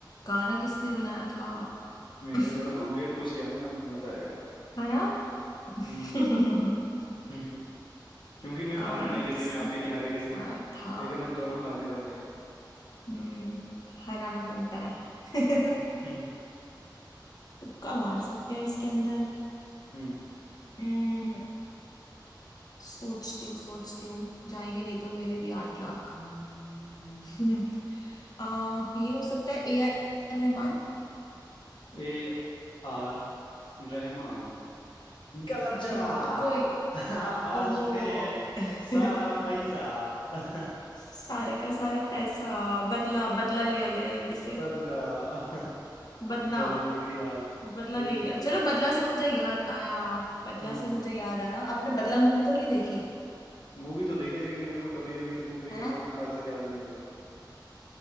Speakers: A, on the left; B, on the left.
A: गाना किसने बनाया था
B: मैंने भी
A: <laughs>
B: थोड़ा कॉम्प्लिकेट पूछ लिया ना अब मजा आएगा
A: है ना <laughs>
B: हम्म <laughs> क्योंकि मैं हारा
A: गाना
B: नहीं किसी
A: किसने
B: में आप भी नहीं
A: बनाया
B: हारे किसी में
A: था
B: लेकिन अब दोनों हारने वाले हैं
A: हम्म हराना बनता है <laughs>
B: हम्म हम्म
A: तुक्का मार सकते हैं इसके अंदर
B: हम्म।
A: हम्म सोचती हूँ सोचती हूँ जाएंगे नहीं तो मेरे भी
B: हम्म।
A: आठ लाख <laughs> हम्म, आ, ये हो सकता है ए आर रहमान
B: ए आर रहमान गलत जवाब
A: हम्म, कोई
B: <laughs> आप हार
A: ओहो
B: चुके हैं सारा
A: <laughs>
B: पैसा <laughs>
A: सारा का सारा पैसा बदला बदला लिया गया ये मेरे से
B: बदला <laughs>
A: बदला
B: बदले की आग
A: बदला
B: ठीक
A: ले लिया
B: है
A: चलो बदला से मुझे याद आया बदला
B: हम्म
A: से मुझे याद आया आपने बदला मूवी तो नहीं देखी
B: मूवी तो देखे हैं, लेकिन मेरे को कभी अभी तक मूवी
A: है
B: के नाम
A: ना
B: आज तक याद नहीं हुए